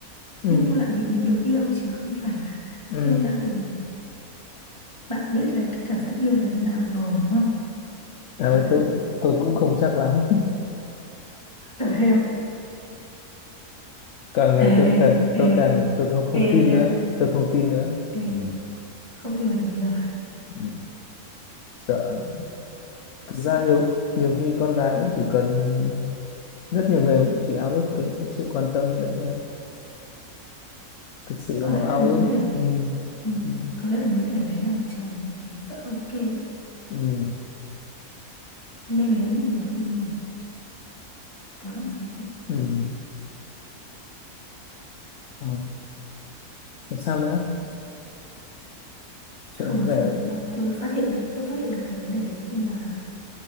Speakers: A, on the left; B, on the left.
A: Ừ.
B: nhưng yêu lại vì mình được yêu chứ không phải là
A: Ừ.
B: yêu lại vì bạn biết là cái cảm giác yêu là như nào rồi đúng không
A: À,
B: là
A: với
B: bạn
A: tôi tôi cũng không chắc lắm <laughs>
B: tở heo
A: càng ngày
B: ê
A: tôi càng tôi
B: ê
A: càng tôi không, không
B: ê
A: tin
B: nha
A: nữa tôi không tin nữa
B: ê
A: ừ.
B: không tin vào tình yêu à
A: Ừ. sợ
B: ừ,
A: thực
B: sợ
A: ra nhiều nhiều khi con gái cũng chỉ cần rất nhiều người cũng chỉ ao ước cái, cái sự quan tâm đấy thôi thực sự
B: có
A: họ
B: lẽ
A: ao
B: là nếu
A: ước
B: để
A: ừ.
B: ừ,
A: Ừ.
B: có lẽ là nếu để lấy làm chồng thì rất ok đấy
A: Ừ.
B: nên lấy một người yêu mình có lẽ thế
A: Ừ. Ừ. Rồi Thế sao nữa chuyện
B: không nói
A: về
B: chuyện với nhau tôi phát hiện được tôi phát hiện được cái vấn đề đấy khi mà